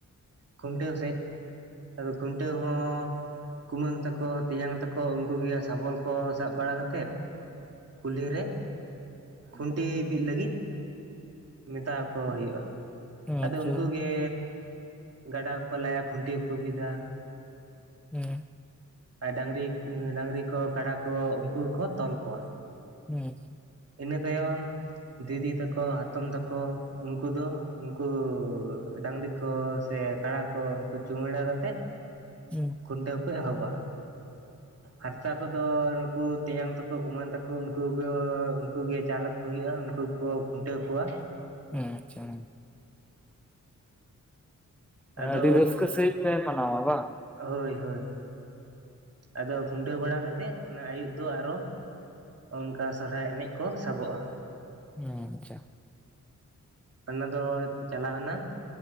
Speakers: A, on the right; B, in the centre.
A: ᱠᱷᱩᱱᱴᱟᱹᱣ ᱥᱮᱡ ᱟᱫᱚ ᱠᱷᱩᱱᱴᱟᱹᱣ ᱦᱚᱸ ᱠᱩᱢᱟᱹᱝ ᱛᱟᱠᱚ ᱛᱮᱧᱟᱝ ᱛᱟᱠᱚ ᱩᱱᱠᱩ ᱜᱮ ᱥᱟᱵᱚᱞ ᱠᱚ ᱥᱟᱵ ᱵᱟᱲᱟ ᱠᱟᱛᱮᱫ ᱠᱩᱞᱦᱤ ᱨᱮ ᱠᱷᱩᱱᱴᱤ ᱵᱤᱫ ᱞᱟᱹᱜᱤᱫ ᱢᱮᱛᱟᱠᱚ ᱦᱩᱭᱩᱜ-ᱟ
B: ᱟᱪᱪᱷᱟ
A: ᱟᱫᱚ ᱩᱱᱠᱩ ᱜᱮ ᱜᱟᱰᱟᱠᱚ ᱞᱟᱭᱟ ᱠᱷᱩᱱᱴᱤ ᱠᱚᱠᱚ ᱵᱤᱫᱟ
B: ᱦᱩᱸ
A: ᱟᱨ ᱰᱟᱝᱨᱤ ᱰᱟᱝᱨᱤ ᱠᱚ ᱠᱟᱰᱟ ᱠᱚ ᱩᱱᱠᱩ ᱜᱮᱠᱚ ᱛᱚᱞ ᱠᱚᱣᱟ
B: ᱦᱩᱸ
A: ᱤᱱᱟᱹ ᱛᱟᱭᱚᱢ ᱫᱤᱫᱤ ᱛᱟᱠᱚ ᱦᱟᱛᱚᱢ ᱛᱟᱠᱚ ᱩᱱᱠᱩ ᱫᱚ ᱩᱱᱠᱩ ᱰᱟᱝᱨᱤ ᱠᱚ ᱥᱮ ᱠᱟᱲᱟ ᱠᱚ ᱩᱱᱠᱩ ᱪᱩᱢᱟᱹᱲᱟ ᱠᱟᱛᱮᱫ
B: ᱦᱩᱸ
A: ᱠᱷᱩᱱᱴᱟᱹᱣ ᱠᱚ ᱮᱦᱚᱵᱟ ᱟᱨ ᱦᱟᱥᱟ ᱠᱚᱫᱚ ᱱᱩᱠᱩ ᱛᱮᱧᱟᱝ ᱛᱟᱠᱚ ᱠᱩᱢᱟᱹᱝ ᱛᱟᱠᱚ ᱩᱱᱠᱩ ᱜᱮᱠᱚ ᱩᱱᱠᱩ ᱜᱮ ᱪᱟᱞᱚ ᱠᱚ ᱦᱩᱭᱩᱜ-ᱟ ᱩᱱᱠᱩ ᱜᱮᱠᱚ ᱠᱷᱩᱱᱴᱟᱹᱣ ᱠᱚᱣᱟ
B: ᱦᱩᱸ ᱟᱪᱪᱷᱟ
A: ᱟᱫᱚ
B: ᱟᱹᱰᱤ ᱨᱟᱹᱥᱠᱟᱹ ᱥᱟᱹᱦᱤᱡ ᱯᱮ ᱢᱟᱱᱟᱣᱟ ᱵᱟᱝ
A: ᱦᱳᱭ ᱦᱳᱭ ᱦᱳᱭ ᱟᱫᱚ ᱠᱷᱩᱱᱴᱟᱹᱣ ᱵᱟᱲᱟ ᱠᱟᱛᱮᱫ ᱚᱱᱟ ᱟᱹᱭᱩᱵ ᱫᱚ ᱟᱫᱚ ᱚᱝᱠᱟ ᱥᱚᱨᱦᱟᱭ ᱮᱱᱮᱡ ᱠᱚ ᱥᱟᱵᱚᱜ-ᱟ
B: ᱦᱩᱸ ᱟᱪᱪᱷᱟ
A: ᱚᱱᱟ ᱫᱚ ᱪᱟᱞᱟᱣᱱᱟ